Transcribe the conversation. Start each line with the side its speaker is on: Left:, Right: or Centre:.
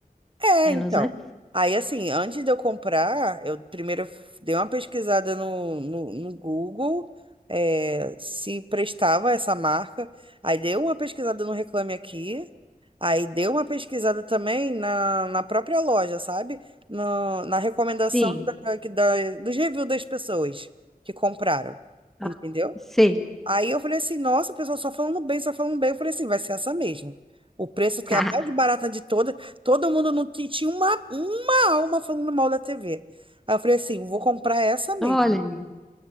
Right: É,
Centre: menos,
Right: então.
Centre: né?
Right: Aí, assim, antes de eu comprar, eu primeiro dei uma pesquisada no, no, no Google, é, se prestava essa marca. Aí dei uma pesquisada no Reclame Aqui. Aí dei uma pesquisada também na, na própria loja, sabe? No- na recomendação
Centre: Sim.
Right: da, que da- dos reviews das pessoas que compraram. Entendeu?
Centre: Ah, sei.
Right: Aí eu falei assim, nossa, o pessoal só falando bem, só falando bem. Eu falei assim, vai ser essa mesmo. O preço que
Centre: <laughs>
Right: é a mais barata de todas, todo mundo não ti- tinha uma, uma alma falando mal da TV. Aí eu falei assim, vou comprar essa mesmo.
Centre: Olha.